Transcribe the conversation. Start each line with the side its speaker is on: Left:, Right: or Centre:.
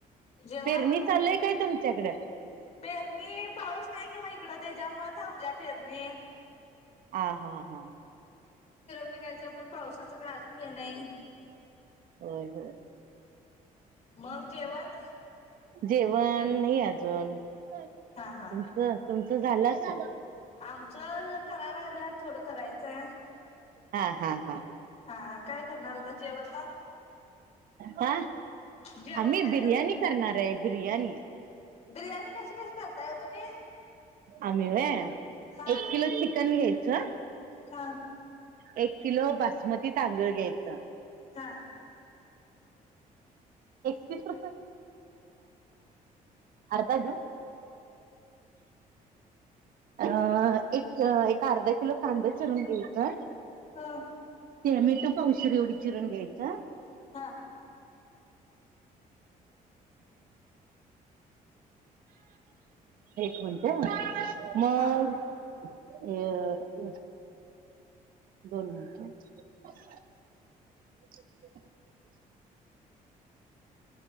Left: जेवण
Right: पेरणी चाललय काय तुमच्याकडं?
Left: पेरणी पाऊस नाही मग इकडं त्याच्यामुळ थांबल्या पेरणी
Right: हा हा हा
Left: निघायचा पण पावसाचा काय अजून हे नाही.
Right: होय होय.
Left: मग जेवण
Right: जेवण नाही अजून तुमचं
Left: हा हा
Right: तुमचं तु झाल असल
Left: आमचं कराय लागल्या थोडं करायचंय आहे
Right: हा हा हा
Left: हा काय करणार आता जेवण मग
Right: हा
Left: जेवण
Right: आम्ही
Left: काय
Right: बिर्याणी करणार आहे बिर्याणी
Left: बिर्याणी कशी कशी करताय ओ तुम्ही
Right: आम्ही व्हय
Left: हा
Right: एक किलो चिकन घ्याय झ
Left: हा
Right: एक किलो बासमती तांदूळ घ्यायच अच्छा.
Left: हा
Right: एकतीस रुपये अर्धा घेऊ? अं एक एक अर्धा किलो कांदा चिरून घेतोय.
Left: हा
Right: तेे मी युट्युब पावशेर एवढी चिरून घ्यायचं
Left: हा
Right: एक मिनट मग
Left: हा
Right: अ दोन मिनट ब <unintelligible>